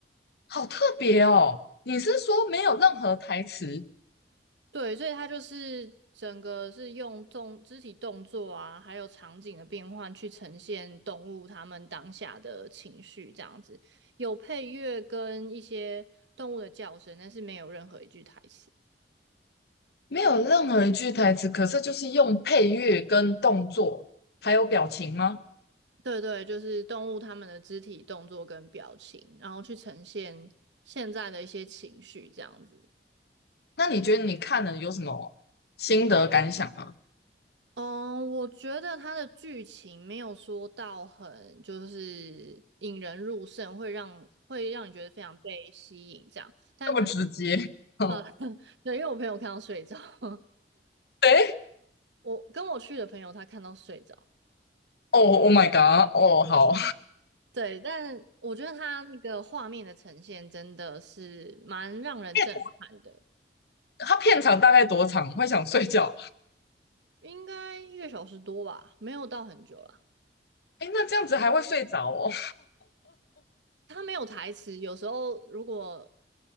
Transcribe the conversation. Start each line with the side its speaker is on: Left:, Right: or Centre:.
Left: 好特别哦！你是说没有任何台词，
Right: 对，所以它就是整个是用动肢体动作啊，还有场景的变换去呈现动物它们当下的情绪，这样子有配乐跟一些动物的叫声，但是没有任何一句台词。
Left: 没有任何一句台词，可是就是用配乐跟动作还有表情吗？
Right: 对对，就是动物它们的肢体动作跟表情，然后去呈现现在的一些情绪，这样子。
Left: 那你觉得你看了有什么心得感想吗？
Right: 嗯，我觉得它的剧情没有说到很就是引人入胜，会让会让你觉得非常被吸引这样。但它
Left: <laughs> 这么直接，<laughs> 嗯，
Right: 呃，<laughs> 对，因为我朋友看到睡着，<laughs>
Left: 哎，
Right: 我跟我去的朋友他看到睡着，
Left: 哦，Oh my god，哦，好，
Right: 对，但我觉得它那个画面的呈现真的是蛮让人震撼的，
Left: 片它片长大概多长？会想睡觉？
Right: 应该一个小时多吧，没有到很久啦。
Left: 哎，那这样子还会睡着哦？
Right: 它没有台词，有时候如果